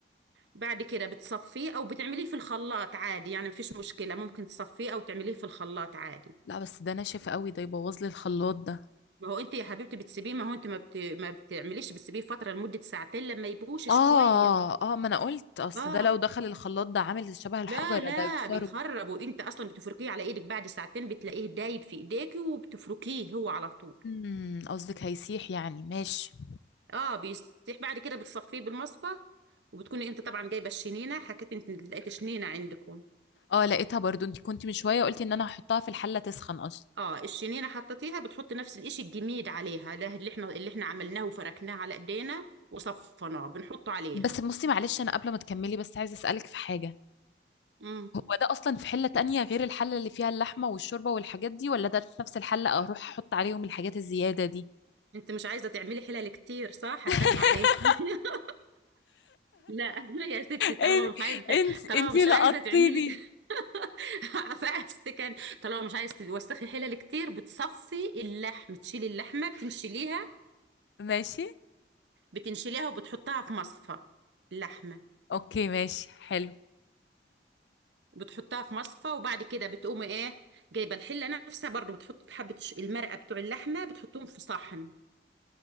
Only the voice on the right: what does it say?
بعد كده بتصفيه او بتعمليه في الخلاط عادي يعني مفيش مشكله ممكن تصفيه او تعمليه في الخلاط عادي
ما هو انت يا حبيبتي بتسيبيه ما هو انت ما, بت... ما بتعمليش بتسيبيه فتره لمده ساعتين لما يبوش شويه
اه
لا لا
بيخرب وانت اصلا بتفركيه على ايدك بعد ساعتين بتلاقيه دايب في ايديكي وبتفركيه هو على طول
اه بيستيح بعد كده بتصفيه بالمصفى وبتكوني انت طبعا جايبه الشنينه حكيت انت لقيت شنينه عندكم
اه الشنينه حطيتيها بتحطي نفس الاشي الجميد عليها ده اللي احنا اللي احنا عملناه وفركناه على ايدينا وصفناه بنحطه عليها
امم
انت مش عايزه تعملي حلل كتير صح
هنفهم عليك <laughs> لا يا ستي طالما
مش عايزه
طالما
مش
عايزه تعملي <laughs> فقست كان طالما مش عايزه توسخي حلل كتير بتصفي اللحم تشيلي اللحمه بتنشليها
بتنشليها وبتحطها في مصفى اللحمه
بتحطها في مصفى وبعد كده بتقوم ايه جايبه الحله نفسها برضو بتحط حبه الش- المرقه بتوع اللحمه بتحطهم في صحن